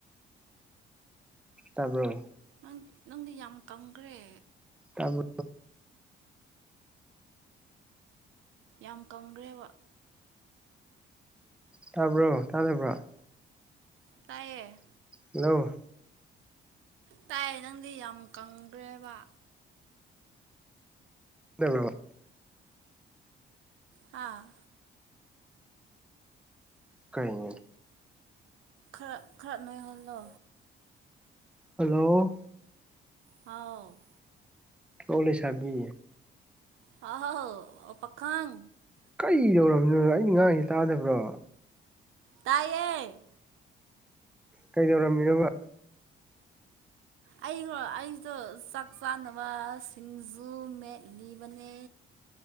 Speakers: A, in the centre; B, on the right.
A: ꯇꯥꯕ꯭ꯔꯣ
B: ꯅꯪ ꯅꯪꯗꯤ ꯌꯥꯝ ꯀꯪꯈ꯭ꯔꯦ
A: ꯇꯥꯕꯨ
B: ꯌꯥꯝ ꯀꯪꯒ꯭ꯔꯦꯕ
A: ꯇꯥꯕ꯭ꯔꯣ ꯇꯥꯗꯕ꯭ꯔꯣ
B: ꯇꯌꯦ
A: ꯍꯜꯂꯣ
B: ꯇꯥꯏ ꯅꯪꯗꯤ ꯌꯥꯝ ꯀꯪꯒ꯭ꯔꯦꯕ
A: <unintelligible>
B: ꯍꯥꯥ
A: ꯀꯩꯅ‌ꯣ
B: ꯈꯔ ꯈꯔ ꯅꯣꯏꯍꯜꯂꯣ
A: ꯍꯜꯂꯣ
B: ꯍꯥꯎ
A: ꯍ‌ꯣ ꯂꯤꯁꯕꯤ
B: ꯍꯥꯎ ꯄꯈꯪ
A: ꯀꯩꯗꯧꯔꯕꯝꯃꯤꯅꯣ ꯑꯩꯅ ꯉꯥꯡꯉꯥꯁꯤ ꯇꯥꯗꯕ꯭ꯔꯣ
B: ꯇꯥꯏꯌꯦ
A: ꯀꯩꯗꯧꯔꯝꯃꯤꯅ‌ꯣꯕ
B: ꯑꯩꯒꯣ ꯑꯩꯗꯣ ꯆꯥꯛ ꯆꯥꯅꯕ ꯁꯤꯡꯖꯨ ꯃꯦꯠꯂꯤꯕꯅꯦ